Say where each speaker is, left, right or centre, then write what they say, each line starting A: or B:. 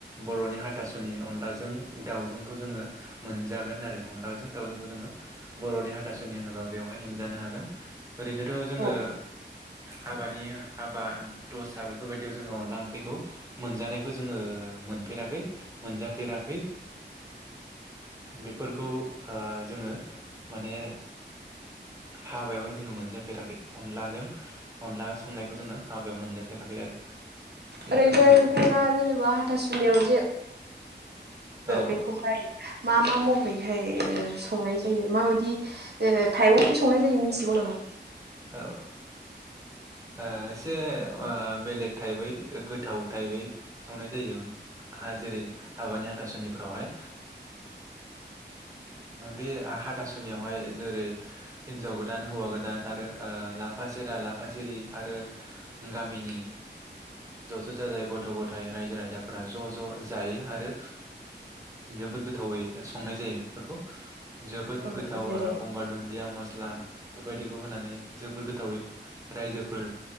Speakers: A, on the right (about 15°); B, on the right (about 65°).
A: बर'नि हाथासुनि अन लाजों दावजोंखौ जोङो मोनजागोन आरो अनलाजों दाउजोंखौ जोङो बर'नि हाथासुनि होनोबा बेवहाय मोनजानो हागोन। ओरैनोथ' जोङो
B: औ
A: हाबानि हाबा दसा बेफोरबायदियाव जोङो अनला ओंख्रिखौ मोनजानायखौ जोङो मोनफेराखै मोनजाफेराखै बेफोरखौ जोङो माने हाबायावहाय जोङो मोनजाफेराखै अनलाजों अनला संनायखौ जोङो हाबायाव मोनजाफेराखै आरो। बेफोरनो
B: ओरैनो
A: आरो
B: हरो
A: औ
B: बेखौहाय मा मा महरैहाय संनाय जायो माबायदि जेरै थाइ उफिस संनाय जायो मिथिगौ नामा
A: औ एसे बेलेग थाइबै गोथाव थाइबै संनाय जायो हा जेरै हाबानि हाथासनिफ्रावहाय बे हाथासुनियावहाय जेरै हिनजाव गो गोदान हौवा गोदान आरो लाफा सेरा लाफा सिरि आरो गामिनि ज' ज' जाजाय गथ' गथाइ रायजो राजाफोरा ज' ज' जायो आरो जोबोद गोथावै संनाय जायो बेफोरखौ जोबोद
B: औ
A: गोथाव
B: जेरै
A: गंगार दुनदिया मसला बेबायदिखौ होनानै जोबोर गोथावै रायजोफोर